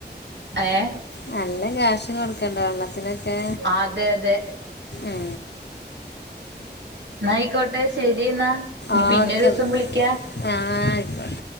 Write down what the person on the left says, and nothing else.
നല്ല ക്യാഷ് കൊട്ക്കേണ്ടെ വെള്ളത്തിനൊക്കെ
ഏ
ഓക്കെ
ആ ആയിക്കോട്ടെ